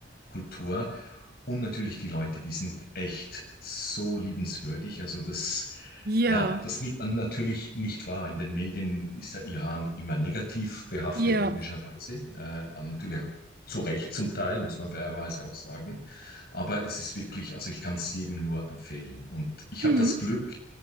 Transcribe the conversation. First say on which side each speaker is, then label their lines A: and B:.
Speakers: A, on the left; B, on the right.
A: Kultur. Und natürlich die Leute, die sind echt so liebenswürdig. Also das,
B: Ja.
A: ja, das nimmt man natürlich nicht wahr. In den Medien ist der Iran immer negativ behaftet,
B: Ja.
A: logischerweise. Äh, natürlich zu Recht zum Teil, muss man fairerweise auch sagen. Aber es ist wirklich, also ich kann es jedem nur empfehlen. Und ich
B: Mhm.
A: habe das Glück,